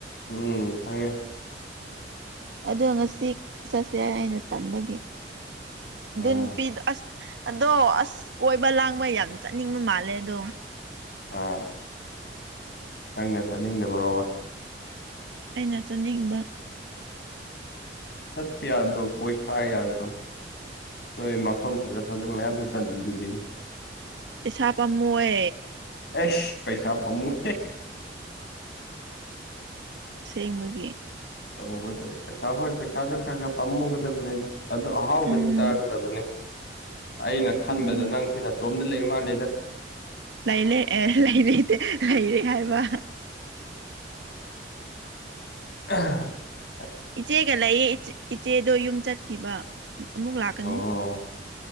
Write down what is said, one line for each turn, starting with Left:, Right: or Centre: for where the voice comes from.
Left: ꯎꯝ ꯈꯪꯉꯦ
Right: ꯑꯗꯣ ꯉꯁꯤ ꯆꯠꯁꯦ ꯑꯩꯅ ꯇꯥꯟꯕꯒꯤ
Left: ꯑꯥ
Right: ꯟ ꯄꯤ ꯑ ꯑꯗꯣ ꯑꯁ ꯀꯣꯏꯕ ꯂꯥꯡꯕ ꯌꯥꯝ ꯆꯠꯅꯤꯡꯕ ꯃꯥꯜꯂꯦ ꯑꯗꯣ
Left: ꯑꯥ ꯀꯅ ꯆꯗꯕꯔꯣꯕ
Right: ꯑꯩꯅ ꯆꯥꯅꯤꯡꯕ
Left: ꯁꯠ ꯌꯥꯗ꯭ꯔꯣ ꯀꯣꯏ ꯈꯥ ꯌꯥꯗꯗꯣ ꯍꯣꯏ ꯃꯐꯝ ꯐꯖ ꯐꯖꯕ ꯃꯌꯥꯝꯁꯨ ꯆꯂ ꯑꯗꯨꯗꯤ
Right: ꯄꯩꯁꯥ ꯄꯥꯝꯃꯣꯏꯦ
Left: ꯑꯩꯁ ꯄꯩꯁꯥ ꯄꯃ
Right: ꯁꯦꯡꯕꯒꯤ
Left: ꯇꯧꯒꯗꯕꯅꯦ ꯄꯩꯁꯥ ꯍꯣꯏ ꯄꯩꯁꯥꯁꯨ ꯈꯔ ꯈꯔ ꯄꯥꯝꯃꯨꯒꯗꯕꯅꯤꯗꯣ ꯑꯗꯨ ꯑꯍꯥꯎꯕꯗꯤ
Right: ꯎꯝ
Left: ꯆꯥꯒꯗꯕꯅꯤ ꯑꯩꯅ ꯈꯟꯕꯗ
Right: ꯎꯝ
Left: ꯅꯪ ꯁꯤꯅ ꯇꯣꯝꯗ ꯂꯩ ꯏꯃ ꯂꯩꯦꯗ
Right: ꯂꯩꯔꯦ ꯑꯦ ꯂꯩꯔꯦ ꯂꯩꯔꯦ ꯍꯥꯏꯕ
Left: ꯑ
Right: ꯏꯆꯦꯒ ꯂꯩꯌꯦ ꯏꯆꯦꯗꯣ ꯌꯨꯝ ꯆꯠꯈꯤꯕ ꯑꯃꯨꯛ ꯂꯥꯛꯀꯅꯤ
Left: ꯑꯣ